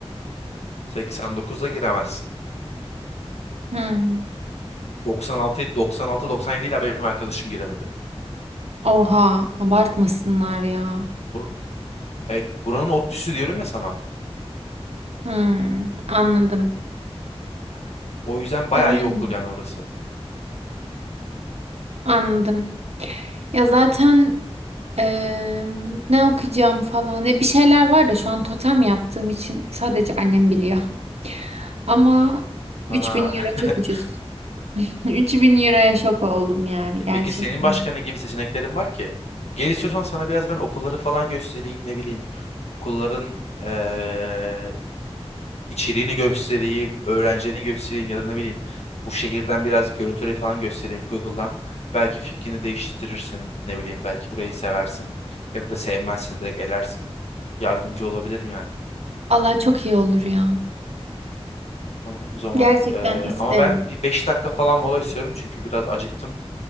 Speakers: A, on the left (about 80°); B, on the right (about 75°).
A: 89'da giremezsin.
B: Hı.
A: 96 96 97 ile benim arkadaşım giremedi.
B: Oha abartmasınlar ya.
A: Bur- evet buranın ODTÜ'sü diyorum ya sana.
B: Hı, anladım.
A: O yüzden bayağı
B: Yani
A: iyi okul yani orası.
B: anladım. Ya zaten eee, ne okuyacağım falan. Ya bir şeyler var da şu an totem yaptığım için sadece annem biliyor. Ama 3000
A: Aha.
B: euro
A: <laughs>
B: çok ucuz. <laughs> 3000 euroya şok oldum yani
A: E
B: gerçekten.
A: peki senin başka ne gibi seçeneklerin var ki? Gel istiyorsan sana biraz ben okulları falan göstereyim ne bileyim. Okulların eee, içeriğini göstereyim, öğrencilerini göstereyim ya da ne bileyim bu şehirden birazcık görüntüleri falan göstereyim Google'dan. Belki fikrini değiştirirsin, ne bileyim belki burayı seversin ya da sevmezsin direkt elersin. Yardımcı olabilirim yani.
B: Allah çok iyi olur ya.
A: Tamam o zaman
B: Gerçekten
A: eee,
B: isterim.
A: ama ben bir 5 dakika falan mola istiyorum çünkü biraz acıktım.